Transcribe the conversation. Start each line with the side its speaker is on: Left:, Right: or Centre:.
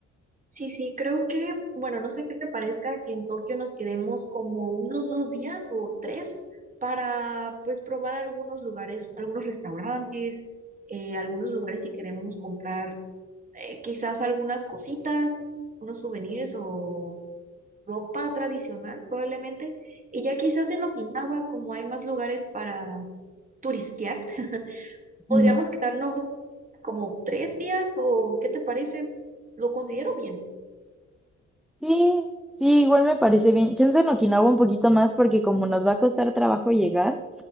Right: Sí, sí, creo que, bueno, no sé qué te parezca que en Tokio nos quedemos como unos dos días o tres para pues probar algunos lugares, algunos restaurantes, eh, algunos lugares si queremos comprar eh, quizás algunas cositas, unos souvenirs o ropa tradicional probablemente. Y ya quizás en Okinawa, como hay más lugares para turistear, <laughs> podríamos
Centre: Ujú.
Right: quedarnos como tres días o ¿qué te parece? Lo considero bien.
Centre: Sí, sí, igual me parece bien. Chance en Okinawa un poquito más porque como nos va a costar trabajo llegar,